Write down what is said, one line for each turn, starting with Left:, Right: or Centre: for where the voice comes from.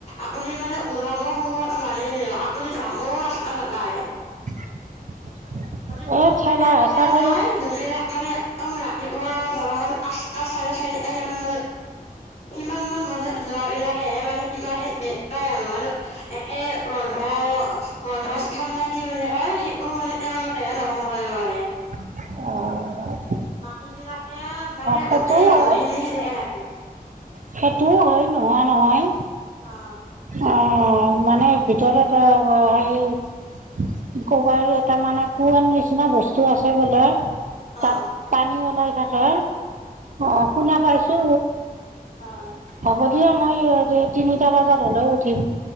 Left: আপুনি মান ওলাব সময়তো লাগেই দিয়ক, আপুনি যাবও <unintelligible>
Right: <inaudible>
Left: মানে যোনবিলাকে
Right: এই ঠেলা
Left: <unintelligible>
Right: হেঁচা কৰি
Left: যাই যোনবিলাক মানে একদম ৰাতিপুৱা ধৰা হল আঠটা চাৰে আঠ <unintelligible> মান যোৱ বিলাকে মানে কে পাই আনো মানে এে মন্হ মন মাছ থাম না কি বুলি কয় সেই অ মানে তেওঁলোকেহে দৰ্শন কৰিব পাৰে।
Right: অ।
Left: বাকীবিলাকে মানে
Right: সেইটোও
Left: গোটেই মানুহখিনি
Right: হয়
Left: সেনেকে থাকে।
Right: সেইটোও হয় নোহোৱা নহয়।
Left: অ
Right: অ মানে ভিতৰত ত ক সেই ক'বাৰ এটা মানে কোৰণ নিচিনা বস্তু আছে বোলে। তাত
Left: অ
Right: পানী ওলাই থাকে অ' শুনা পাইছো।
Left: অ
Right: হ'ব দিয়া মই তিনিটা বজাত হ'লেও উঠিম